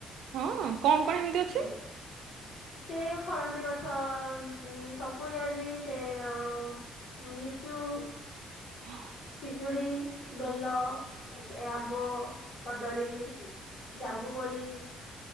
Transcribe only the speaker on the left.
ହୁଁ। ସେ ଫଳନ୍ତି ଗଛ ଉ ସପୁରି ଆଦି ସେ ଅ ଲିଚୁ।
ପିଜୁଳି ବେଲ ଆ ସେ ଆମ୍ବ କଦଳୀ। ଜାମ୍ବୁକୋଳି।